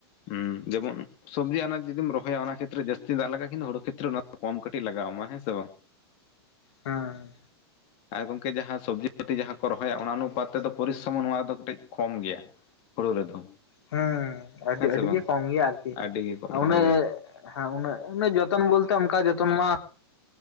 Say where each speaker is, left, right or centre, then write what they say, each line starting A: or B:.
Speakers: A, on the left; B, on the left.
A: ᱦᱩᱸ ᱡᱮᱢᱚᱱ ᱥᱚᱵᱽᱡᱤ ᱟᱱᱟᱡᱽ ᱡᱩᱫᱤᱢ ᱨᱚᱦᱚᱭᱟ ᱚᱱᱟ ᱠᱷᱮᱛᱨᱮ ᱡᱟᱹᱥᱛᱤ ᱫᱟᱜ ᱞᱟᱜᱟᱜᱼᱟ ᱠᱤᱱ ᱦᱩᱲᱩ ᱠᱷᱮᱛᱨᱮ ᱚᱱᱟ ᱠᱚᱢ ᱠᱟᱹᱴᱤᱡ ᱞᱟᱜᱟ ᱟᱢᱟ ᱦᱮᱸ ᱥᱮ ᱵᱟᱝ᱾
B: ᱦᱮᱸ
A: ᱟᱨ ᱜᱚᱝᱠᱮ ᱡᱟᱦᱟᱸ ᱥᱚᱵᱽᱡᱤ ᱯᱟᱹᱛᱤ ᱡᱟᱦᱟᱸ ᱠᱚ ᱨᱚᱦᱚᱭᱟ ᱚᱱᱟ ᱚᱱᱩᱯᱟᱛ ᱛᱮᱫᱚ ᱯᱚᱨᱤᱥᱨᱚᱢᱚ ᱱᱚᱣᱟ ᱨᱮᱫᱚ ᱠᱟᱹᱴᱤᱡ ᱠᱚᱢ ᱜᱮᱭᱟ, ᱦᱳᱲᱳ ᱨᱮᱫᱚ᱾
B: ᱦᱩᱸ ᱟᱹᱰᱤ
A: ᱦᱮᱸ
B: ᱟᱹᱰᱤ
A: ᱥᱮ ᱵᱟᱝ
B: ᱜᱮ ᱠᱚᱢ ᱜᱮᱭᱟ ᱟᱨᱠᱤ
A: ᱟᱹᱰᱤ ᱜᱮ ᱠᱚᱢᱟ
B: ᱟ ᱚᱱᱮ
A: ᱦᱳᱭ
B: ᱦᱮᱸ ᱩᱱᱟᱹᱜ ᱩᱱᱟᱹᱜ ᱡᱚᱛᱚᱱ ᱵᱚᱞᱛᱮ ᱚᱱᱠᱟ ᱡᱚᱛᱚᱱ ᱢᱟ